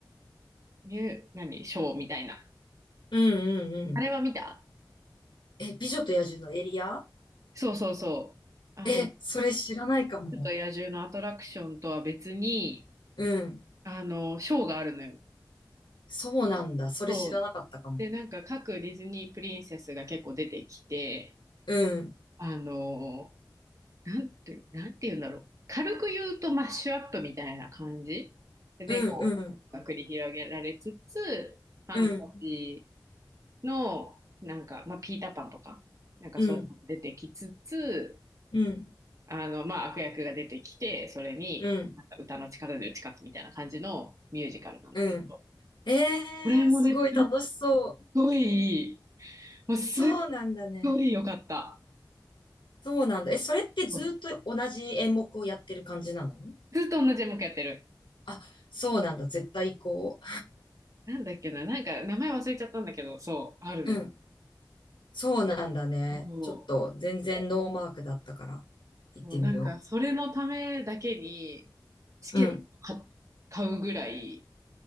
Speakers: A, on the right; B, on the left.
A: ミュー、何、ショーみたいな。
B: うん、うん。
A: あれは見た
B: え、美女と野獣のエリア
A: そうそうそう。あの、
B: え、
A: 美
B: それ知らないかも。
A: 女と野獣のアトラクションとは別に、
B: うん。
A: あの、ショーがあるのよ。
B: そうなんだ。それ知らなかったかも。
A: そうで、なんか各ディズニープリンセスが結構出てきて、
B: うん、
A: あの、なんて、なんて言うんだろう。軽く言うとマッシュアップみたいな感じで、
B: うん、
A: こう、
B: うん、
A: が繰り広げられつつ、ファンタジ
B: うん、
A: ーの、なんか、まあ、ピーターパンとか、なんかそういうのも出てきつつ、
B: うん、うん、
A: あの、まあ、悪役が出てきて、それに、
B: うん、
A: なんか歌の力で打ち勝つみたいな感じのミュージカルなんだけど、
B: うん。えー、
A: これもね、
B: すごい楽しそう。
A: すっごいい、もうすっ
B: そうなんだね。
A: ごい良かった。
B: そうなんだ。え、それってずっと同じ演目をやってる感じなの
A: うんずっと同じ演目やってる。
B: あ、そうなんだ。絶対こ
A: なんだっけな、なんか名前忘れちゃったんだけど、そう、あるの。
B: う。うん。そうなんだね。
A: そう、
B: ちょっと全然ノーマークだったから行ってみよ
A: そう、なんかそれのためだけにチケットか買うぐらい、
B: う。うん。